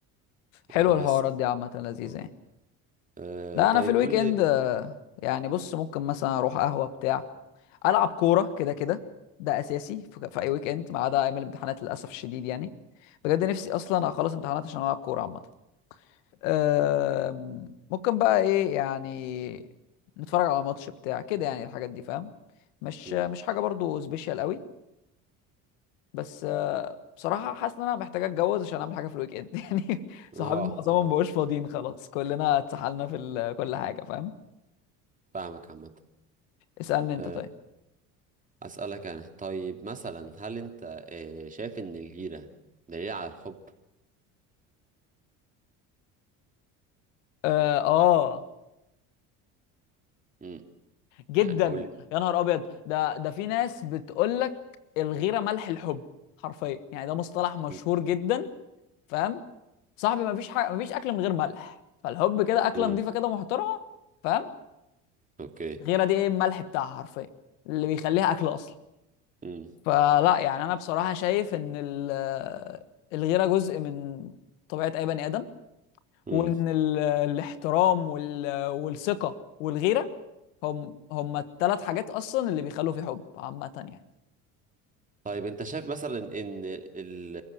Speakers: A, on the left (about 85°); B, on the right (about 20°).
A: حلوه
B: آه بس
A: الحوارات دي عامه لذيذه
B: اه
A: يعني
B: آه،
A: لا
B: طيب
A: انا في الويك
B: قول لي
A: اند آه، يعني بص ممكن مثلا اروح قهوه بتاع العب كوره كده كده ده اساسي في في اي ويك اند ما عدا ايام الامتحانات للاسف الشديد يعني بجد نفسي اصلا اخلص امتحانات عشان العب كوره عامه آم، ممكن بقى ايه يعني نتفرج على ماتش بتاع كده يعني الحاجات دي فاهم مش
B: مم.
A: مش حاجه برضو سبيشال قوي بس آه، بصراحة حاسس ان انا محتاج اتجوز عشان اعمل حاجة في الويك اند <laughs> يعني صحابي
B: اه
A: معظمهم
B: اه
A: مبقوش فاضيين خلاص كلنا اتسحلنا في ال- كل حاجة فاهم
B: فاهمك عامة
A: اسألني انت
B: آه،
A: طيب
B: أسألك أنا طيب مثلا هل أنت آه، شايف إن الجيرة دليل على الحب؟
A: اه آه،
B: مم.
A: جدا
B: يعني قول لي
A: يا نهار ابيض ده ده في ناس بتقول لك الغيرة ملح الحب حرفيا يعني ده مصطلح مشهور
B: مم.
A: جدا فاهم صاحبي مفيش حاجة مفيش اكل من غير ملح فالحب كده اكلة
B: مم.
A: نظيفة كده محترمة فاهم
B: أوكي
A: الغيرة دي ايه الملح بتاعها حرفيا اللي بيخليها اكل اصلا
B: مم.
A: فلا يعني انا بصراحه شايف ان ال- الغيره جزء من طبيعه اي بني ادم
B: مم.
A: وان ال- الاحترام وال- والثقه والغيره هم هم الثلاث حاجات اصلا اللي بيخلوا في حب عامه يعني
B: طيب أنت شايف مثلا إن ال